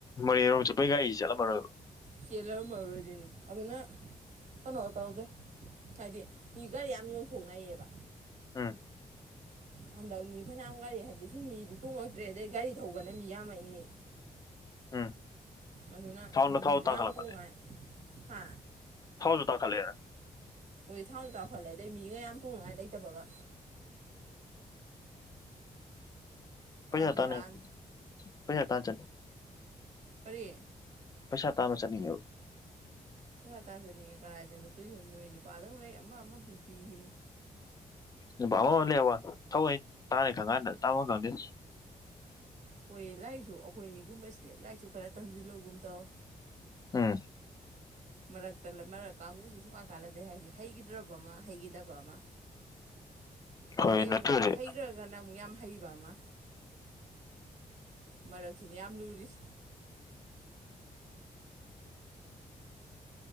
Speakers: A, on the left; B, on the right.
A: ꯃꯣꯔꯦꯔꯣꯝ ꯆꯠꯄꯒꯤ ꯒꯥꯔꯤꯁꯤ ꯆꯠꯂꯝꯃꯔꯣꯏꯕ
B: ꯆꯦꯜꯂꯝꯃꯔꯣꯢꯗꯣꯢꯅꯦ ꯑꯗꯨꯅ ꯀꯩꯅꯣ ꯇꯧꯗꯦ ꯍꯥꯏꯗꯤ ꯃꯤ ꯒꯥꯔꯤ ꯌꯥꯝ ꯌꯣꯟꯊꯣꯛꯅꯩꯌꯦꯕ
A: ꯎꯝ
B: ꯍꯟꯗꯛ ꯃꯤ ꯐꯅꯌꯥꯝ ꯉꯔꯤ ꯍꯥꯏꯕꯗꯤ ꯁꯨꯝ ꯃꯤꯗꯨ ꯇꯣꯡꯉꯛꯇ꯭ꯔꯦ ꯑꯗꯩ ꯒꯥꯔꯤ ꯊꯧꯕꯅ ꯃꯤ ꯌꯥꯝꯃꯛꯏꯅꯦ
A: ꯎꯝ
B: ꯑꯗꯨꯅ
A: ꯊꯥꯎꯅ ꯊꯥꯎ
B: ꯃꯤꯗꯨ
A: ꯇꯥꯡꯈꯠꯂꯛꯄꯅꯦ
B: ꯌꯥꯝ ꯇꯣꯡꯗꯦ ꯍꯥ
A: ꯊꯥꯎꯁꯨ ꯇꯥꯡꯈꯠꯂꯛꯑꯦ
B: ꯍꯣꯏ ꯊꯥꯎꯁꯨ ꯇꯥꯡꯈꯠꯂꯦ ꯑꯗꯩ ꯃꯤꯒ ꯌꯥꯝ ꯊꯣꯡꯅꯉꯥꯏ ꯂꯩꯇꯕꯒ ꯄꯨꯔꯥ
A: ꯄꯩꯁꯥ
B: ꯕꯦꯔꯥꯅꯤ
A: ꯇꯥꯟꯅꯤꯡꯉꯦ ꯄꯩꯁꯥ ꯇꯥꯟ ꯆꯠꯅꯤꯡꯉꯦ
B: ꯀꯔꯤ
A: ꯄꯩꯁꯥ ꯇꯥꯟꯕ ꯆꯠꯅꯤꯡꯉꯦꯕ
B: ꯄꯩꯁꯥ ꯇꯥꯟ ꯆꯠꯅꯤꯡꯉꯦ ꯀꯗꯥꯥꯏꯗꯅꯣ ꯆꯠꯇꯣꯏꯁꯤꯕꯨ ꯅꯣꯏ ꯅꯨꯄꯥꯗꯤ ꯂꯩ ꯑꯃ ꯑꯃ ꯅꯨꯄꯤꯁꯤꯅꯤ
A: ꯅꯨꯄꯥ ꯑꯃꯃ ꯂꯩꯕ ꯊꯧꯑꯣꯏ ꯇꯥꯅꯤ ꯈꯟꯀꯥꯟꯗ ꯇꯥꯟꯕꯝ ꯈꯪꯗꯦ
B: ꯍꯣꯏ ꯂꯥꯏꯔꯤꯛꯁꯨ ꯑꯩꯈꯣꯏꯒꯨꯝꯕꯁꯤꯅꯦ ꯂꯥꯏꯔꯤꯛꯁꯨ ꯈꯔ ꯇꯝꯁꯤꯜꯂꯧꯒꯨꯝ ꯇꯧ
A: ꯎꯝ
B: ꯃꯔꯛꯇ ꯃꯔꯛ ꯀꯥꯡꯕꯨꯁꯤ ꯁꯨꯡꯀꯥꯟ ꯀꯥꯟꯂꯗꯦ ꯍꯥꯏꯁꯦ ꯍꯩꯈꯤꯗ꯭ꯔꯕ ꯑꯃ ꯍꯩꯈꯤꯗꯕ ꯑꯃ
A: ꯍꯣꯏ
B: ꯑꯗꯩ
A: ꯅꯠꯇ꯭ꯔꯗꯤ
B: ꯑꯃꯨꯛ ꯍꯩꯈ꯭ꯔꯒꯅ ꯑꯃꯨꯛ ꯌꯥꯝ ꯍꯩꯕ ꯑꯃ ꯃꯔꯛꯁꯤꯅ ꯌꯥꯝ ꯂꯨꯔꯤꯁꯦ